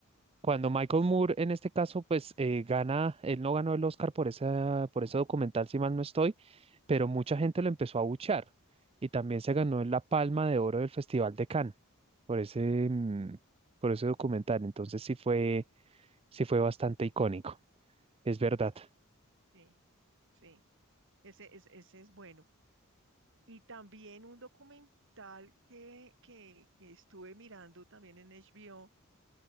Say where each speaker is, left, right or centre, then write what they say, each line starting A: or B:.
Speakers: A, on the right; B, on the right.
A: cuando Michael Moore en este caso pues eh, gana, él no ganó el Oscar por esa, por ese documental si mal no estoy, pero mucha gente lo empezó a abuchear y también se ganó la Palma de Oro del Festival de Cannes por ese, mm, por ese documental, entonces sí fue, sí fue bastante icónico, es verdad.
B: Sí, sí, ese, es- ese es bueno. Y también un documental que, que, que estuve mirando también en HBO